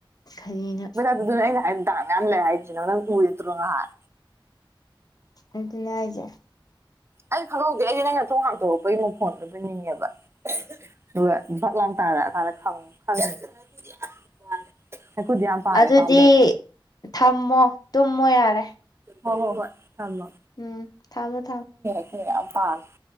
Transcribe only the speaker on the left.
ꯀꯔꯤꯅꯣ
ꯑꯗꯨꯅꯦ ꯍꯥꯏꯖꯦ
ꯑꯗꯨꯗꯤ
ꯊꯝꯃꯣ ꯇꯨꯝꯃꯣ ꯌꯥꯔꯦ
ꯎꯝ ꯊꯝꯃꯣ ꯊꯝ